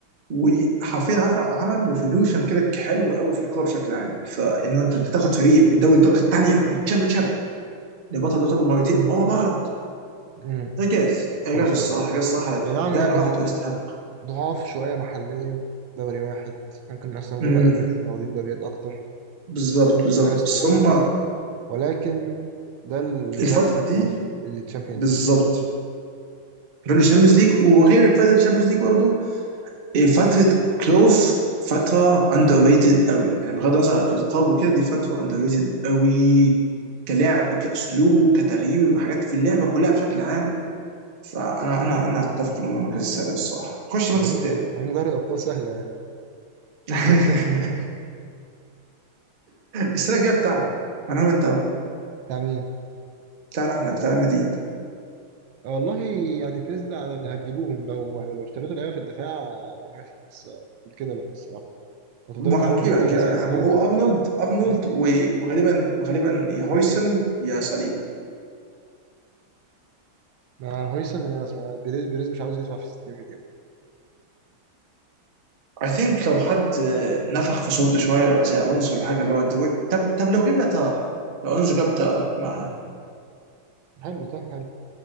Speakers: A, on the right; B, on the right.
A: وحرفيا عارف عمل ريفولوشن كده حلو قوي في الكوره بشكل عام فانه انت تاخد فريق من دوري الدرجه الثانيه من تشامبيون شيب لبطل دوري الابطال مرتين ورا بعض
B: امم
A: اعجاز اعجاز
B: خرافيه
A: الصراحه اعجاز الصراحه
B: اي نعم
A: ده
B: يعني
A: لوحده
B: هم
A: يستحق
B: ضعاف شوية محليا دوري واحد ممكن أستون
A: امم
B: فيلا إيفرتون واخدين دوريات أكتر
A: بالظبط
B: كسوة
A: بالظبط
B: كاس
A: بس
B: كؤوس
A: هم
B: أكتر ولكن ده الفاليو
A: الفتره
B: بتاع
A: دي
B: الشامبيونز
A: بالظبط
B: ليج
A: كانوا الشامبيونز ليج وغير الفتره الشامبيونز ليج برضه إيه فترة كلوف فترة اندر ريتد قوي يعني بغض النظر عن الالقاب وكده دي فترة اندر ريتد قوي كلعب كاسلوب كتغيير حاجات في اللعبة كلها بشكل عام فانا انا انا اتفق انه المركز السابع الصراحة خش المركز
B: غريبة
A: الثامن
B: مع إن دوري الأبطال سهلة يعني
A: <laughs>
B: <laughs>
A: السنة الجاية بتاعنا انا وانت أهو.
B: بتاع مين؟
A: بتاعنا احنا بتاع ريال مدريد
B: آه والله يعني بيس ده على اللي هتجيبوهم لو يعني لو اشتريتوا لعيبة في الدفاع آه، أنا ماشي بس آه، غير كده لأ الصراحة لو تقدروا
A: وهنجيب
B: تلعبوا بمندي
A: هنجيب
B: وأسينسيو
A: هو هو ارنولد ارنولد
B: والناس دي
A: و- وغالبا وغالبا يا هويسن يا صليبا
B: ما هويسن أنا سمع- بيريز بيريز مش عاوز يدفع في 60 مليون
A: اي ثينك لو حد آه، نفخ في صورته شويه زي الونسو ولا حاجه اللي هو دويت طب طب لو جبنا تراه لو الونسو جاب تراه معاه
B: حلو طه حلو